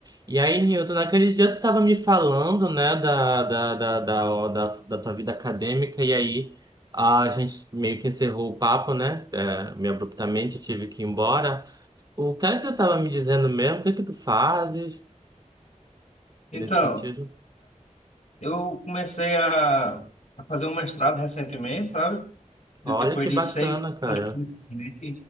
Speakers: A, on the right (about 30°); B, on the left (about 60°).
A: E aí, Newton, naquele dia tu tava me falando, né, da, da, da, da, da, da tua vida acadêmica, e aí a gente meio que encerrou o papo, né? É, meio abruptamente, eu tive que ir embora. O que é que tu tava me dizendo mesmo? O que é que tu fazes
B: Então,
A: nesse sentido?
B: eu comecei a, a fazer um mestrado recentemente, sabe? Depois
A: Olha que
B: de
A: bacana,
B: seis
A: cara.
B: anos, né?